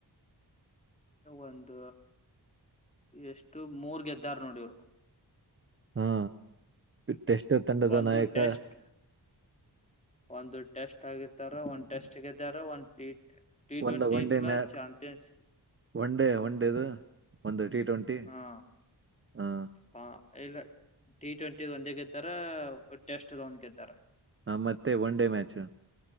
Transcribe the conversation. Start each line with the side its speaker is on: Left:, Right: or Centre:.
Left: ಒಂದ ಎಷ್ಟು ಮೂರ್ ಗೆದ್ದಾರ ನೋಡಿ ಇವ್ರು
Right: ಹಾ ಟೆಸ್ಟ್ ತಂಡದ
Left: ಒಂದು
Right: ನಾಯಕ
Left: ಟೆಸ್ಟ್ ಒಂದು ಟೆಸ್ಟ್ ಆಗಿರ್ತಾರ ಒಂದ್ ಟೆಸ್ಟ್ ಗೆ್ದಾರ ಒಂದ್ ಟ
Right: ಒಂದ
Left: ಟ್ವೆಂಟಿ
Right: ಒನ್
Left: ಇಲ್ಲ
Right: ಡೇ ಮ್ಯಾ
Left: ಚಾಂಪಿಯನ್ಸ್
Right: ಒನ್ ಡೇ ಒನ್ ಡೇದು ಒಂದು ಟಿ ಟ್ವೆಂಟಿ
Left: ಹಾ
Right: ಹ
Left: ಹಾ ಇಲ್ಲ ಟಿ ಟ್ವೆಂಟಿ ಒಂದೇ ಗೆದ್ದಾರ ಟೆಸ್ಟ್ ಒಂದ್ ಗೆದ್ದಾರ.
Right: ಹ ಮತ್ತೆ ಒನ್ ಡೇ ಮ್ಯಾಚ್